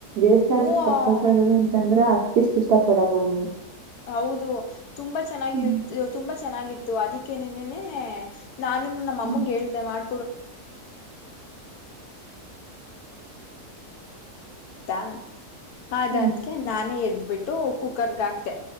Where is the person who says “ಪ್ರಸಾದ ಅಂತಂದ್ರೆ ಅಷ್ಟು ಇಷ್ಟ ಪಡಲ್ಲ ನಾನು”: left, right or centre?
Right